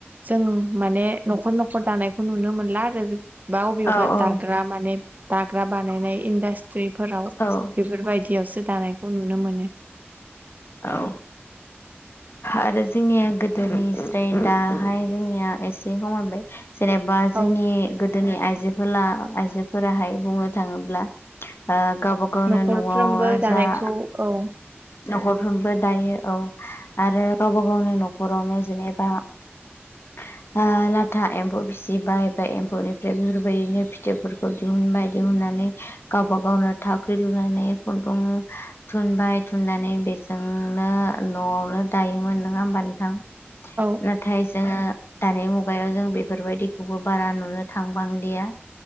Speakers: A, on the right (about 40°); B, on the left (about 65°).
A: जों माने न'खर न'खर दानायखौ नुनो मोनला आरो। बा
B: औ
A: अबेयावबा दाग्रा माने दाग्रा बानायनाय इनडास्ट्रि फ्रिफोराव
B: औ
A: बेफोरबायदियावसो दानायखौ नुनो मोनो।
B: औ आरो जोंनिया गोदोनिफ्राय दाहाय जोंनिया एसे खमायबाय जेनेबा जोंनि
A: औ
B: गोदोनि आइजोला आइजोफोराहाय बुंनो थाङोब्ला गावबा गावनो
A: न'खरफ्रोमबो
B: न'आव
A: दानायखौ
B: जा
A: औ
B: न'खरफ्रोमबो दायो औ आरो गावबा गावनो न'खरावनो जेनेबा <inaudible> लाथा एम्फौ फिसिबाय बे एम्फौनिफ्राय बेफोरबायदिनो फिथोबफोरखौ दिहुनबाय दिहुननानै गावब गावनो थाखाख्रि लुनानै खुन्दुं थुनबाय फुुननानै बेजोंनो न'आवनो दायोमोन नोङा होमबा नोंथां।
A: औ
B: नाथाय जोङो दानि मुगायाव जों बेफोरबायदिखौबो बारा नुनो थांबांलिया।